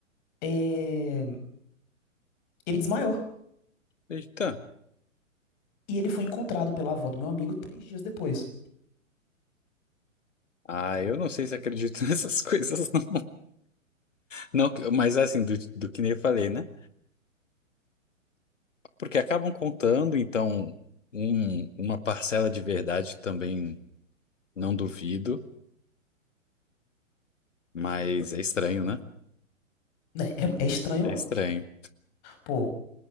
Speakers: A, on the left; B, on the left.
A: é... ele desmaiou.
B: Eita.
A: E ele foi encontrado pela avó do meu amigo três dias depois.
B: Ah, eu não sei se acredito <laughs> nessas coisas, não. Não, que- mas assim, do, do que nem eu falei, né? Porque acabam contando, então, um- uma parcela de verdade também não duvido, mas é estranho, né?
A: Né, É, é estranho,
B: É estranho.
A: pô,